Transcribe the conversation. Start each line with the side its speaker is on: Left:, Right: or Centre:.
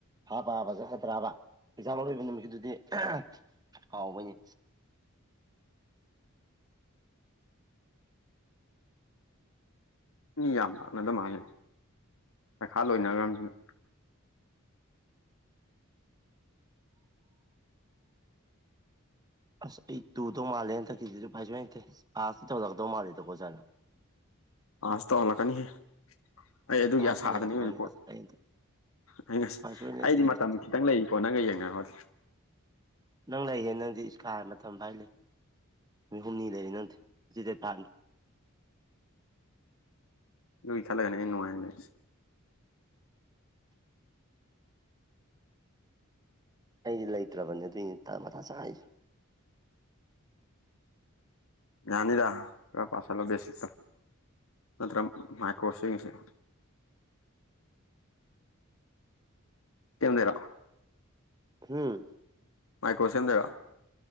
Right: ꯍꯥꯞꯄ -ꯍꯥꯞꯄ ꯆꯠꯀꯗ꯭ꯔꯕ ꯑꯦꯛꯖꯥꯝ ꯑꯔꯣꯏꯕ ꯅꯨꯃꯤꯠꯀꯤꯗꯨꯗꯤ <unintelligible> ꯍꯥꯎꯕꯩꯅꯤ
Left: <inaudible> ꯃꯤ ꯌꯥꯝ ꯂꯥꯛꯅꯗ ꯃꯥꯜꯂꯦ ꯄꯩꯈꯥ ꯂꯣꯏꯅꯒ꯭ꯔ꯭ꯝꯅꯤꯅ <inaudible>
Right: ꯑꯁ ꯑꯩ ꯇꯨꯗꯧ ꯃꯥꯜꯂꯦ ꯍꯟꯊꯛꯀꯤꯖꯤꯖꯨꯐꯥꯏꯖ꯭ꯋꯥꯏꯇꯦ ꯑꯥꯥꯁꯇꯤ ꯇꯧꯍꯟꯂꯛꯇꯧ ꯃꯥꯜꯂꯤꯗꯀꯣ ꯑꯣꯖꯥꯅ
Left: ꯑꯁ ꯇꯧꯍꯜꯂꯛꯀꯅꯤꯍꯦ ꯑꯩ ꯑꯗꯨꯒꯤ
Right: ꯄꯥꯁ
Left: ꯑꯁꯥꯗꯅꯤꯔꯤꯄꯣꯠ
Right: ꯇꯧꯍꯜꯂꯗꯤ ꯐꯅꯤ ꯑꯁ ꯑꯩ ꯍꯟꯗꯛ
Left: ꯑꯩ ꯉꯁꯤ
Right: ꯎꯄꯥꯏ ꯁꯨꯡꯂꯩ ꯂꯩꯇꯦ
Left: ꯑꯩꯗꯤ
Right: ꯍꯟꯗꯛꯇꯤ
Left: ꯃꯇꯝ ꯈꯤꯇꯪ ꯂꯩꯔꯤꯀꯣ ꯅꯪꯒ ꯌꯦꯡꯅꯧꯔꯗꯤ
Right: ꯅꯪ ꯂꯩꯥꯏꯍꯦ ꯅꯪꯗꯤ ꯏꯁꯀꯥꯏ ꯃꯇꯝ ꯕꯥꯏꯂꯩ ꯅꯨꯏꯍꯨꯝꯅꯤ ꯂꯩꯔꯥ ꯅꯪꯗꯤ ꯖꯤꯇꯦꯠ ꯄꯥꯡ
Left: <inaudible> ꯂꯨꯏ ꯈꯦꯜꯂꯒꯅꯦ ꯑꯩ ꯅꯨꯡꯉ꯭ꯥꯏ꯭ꯅ ꯂꯩꯔꯤꯁꯤ
Right: ꯑꯩꯗꯤ ꯂꯩꯇ꯭ꯔꯕꯅꯦ ꯑꯗꯨꯏꯅꯦ ꯊꯥ ꯃꯊꯥ ꯁ꯭ꯥꯏꯁ
Left: ꯌꯥꯅꯤꯗ ꯈ꯭ꯔ ꯄꯥꯁ ꯊꯜꯂꯣ ꯕꯦꯁ꯭ꯤꯁꯇꯣ ꯅꯠꯇ꯭ꯔ ꯃꯥꯏꯀ꯭ꯔ꯭ꯣꯁ <unintelligible> <unintelligible> ꯊꯦꯝꯗꯦꯔꯣ
Right: ꯍꯨꯝ
Left: ꯃꯥꯏꯀ꯭ꯔꯣꯁꯦꯝꯗꯣꯏꯔꯣ